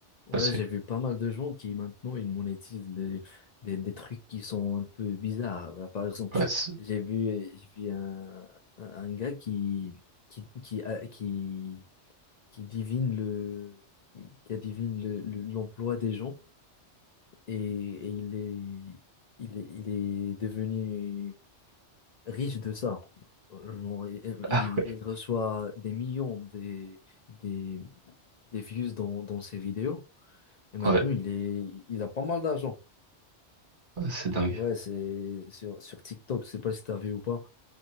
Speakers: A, on the left; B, on the right.
A: Ouais,
B: ouais, c'est
A: j'ai vu pas mal de gens qui maintenant ils monétisent les- des, des trucs qui sont un peu bizarres. Bah, Par exemple,
B: ouais, c'est-
A: j'ai vu, j'ai vu un, un, un gars qui, qui, qui, a- qui, qui divine le, qui adivine le, le- l'emploi des gens et, et il est, il est, il est devenu riche de ça. Genre, il,
B: <laughs> ah,
A: il reçoit des millions des, des, des views dans, dans ses vidéos. Et maintenant,
B: ouais,
A: il est, il a pas mal d'argent.
B: ouais, c'est dingue.
A: Ouais, c'est sur, sur TikTok, je sais pas si t'as vu ou pas.